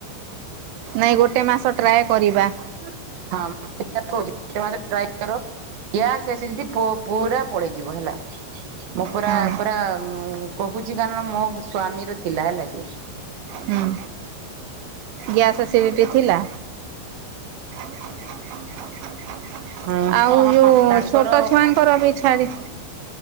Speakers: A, on the right; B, on the right.
A: ନାଇଁ ଗୋଟେ ମାସ ଟ୍ରାଏ କରିବା।
B: <unintelligible> ଗୋଟେ ମାସ ଟ୍ରାଏ କର ଗ୍ୟାସ୍ ଏସିଡିଟି ପୋ ପୁରା ପଳେଇଯିବ ହେଲା ମୁଁ ପୁରା
A: ହଁ
B: ପୁରା କହୁଛି କାରଣ ମୋ ସ୍ଵାମୀର ଥିଲା ହେଲାକି।
A: ହୁଁ, ଗ୍ୟାସ ଏସିଡିଟି ଥିଲା? <inaudible>
B: ହୁଁ
A: ଆଉ
B: ହଁ
A: ଯୋଉ
B: ହଁ ତାଙ୍କର
A: ଛୋଟ ଛୁଆଙ୍କରବି ଛାଡି